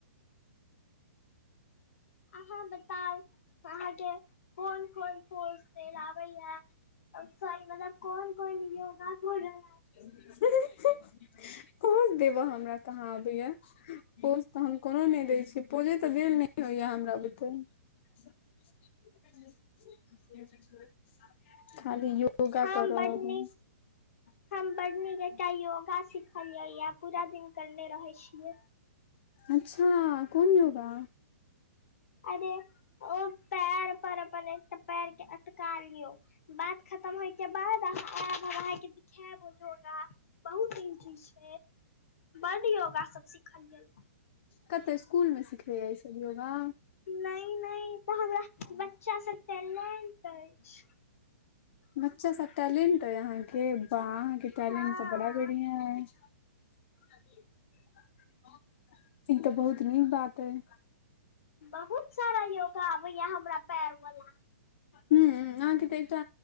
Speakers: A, on the left; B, on the left.
A: आहाँ बताउ, आहाॅ के कोन- कोन पोज दैयल आबैये। और सॉरी मतलब कोन- कोन योगा कोन रहय।
B: हँअ- हँअ, पोज देबय हमरा कहाँ अबैया। पोज तऽ हम कोनो नहि दैय छियै, पोजे तऽ देल नए नहि होय हमरा बुते। <unintelligible> खाली योगा
A: हम
B: करअ
A: बड
B: अबै
A: नीक हम बड नीक एकटा योगा सिखलियै या, पूरा दिन करने रहैय छीयै।
B: अच्छा कोन योगा।
A: अरे ओ पैर पर बनै पैरके अटका लियौ। बात खतम होय के बाद अहाँ आयब, हम अहाँके सिखैब वो जोगा। बहुत तीन चीज छैय, बड योगा सब सिखलियै।
B: कतय स्कुल मे सिखबैया इ सब योगा।
A: नहि- नहि ई तऽ हमरा बच्चा स टैलेंट अछि।
B: बच्चा स टैलेंट अहि अहाँके, वाह अहाँके टैलेंट
A: हँ
B: तऽ बड़ा बढ़िया अछि। <unintelligible> ई तऽ बहुत नीक बात अहि।
A: बहुत सारा योगा आबैये हमरा पैर वाला।
B: हुँउ अहाँके त एकटा